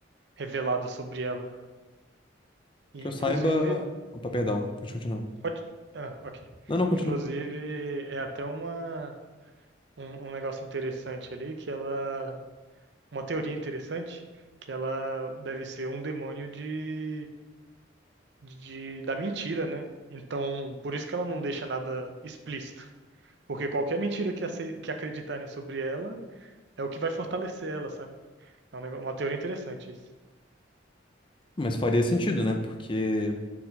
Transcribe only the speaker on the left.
Que eu
saiba. Opa, perdão, pode continuar.
Não, não, continua.
Mas faria sentido, né? Porque.